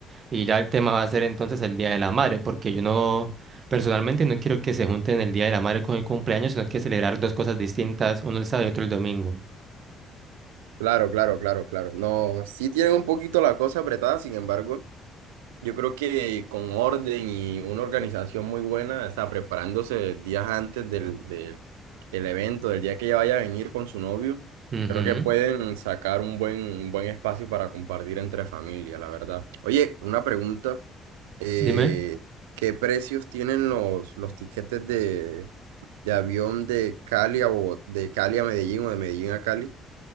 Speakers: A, on the right; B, on the right.
A: Y ya el tema va a ser entonces el Día de la Madre, porque yo no, personalmente no quiero que se junten el Día de la Madre con el cumpleaños, sino que celebrar dos cosas distintas, uno el sábado y otro el domingo.
B: Claro, claro, claro, claro. No, sí tienen un poquito la cosa apretada, sin embargo, yo creo que con orden y una organización muy buena, está preparándose días antes del, del, del evento, del día que ella vaya a venir con su novio,
A: Ujú.
B: creo que pueden sacar un buen, un buen espacio para compartir entre familia, la verdad. Oye, una pregunta, eh,
A: Dime.
B: ¿qué precios tienen los, los tiquetes de, de avión de Cali a Bogot- de Cali a Medellín o de Medellín a Cali?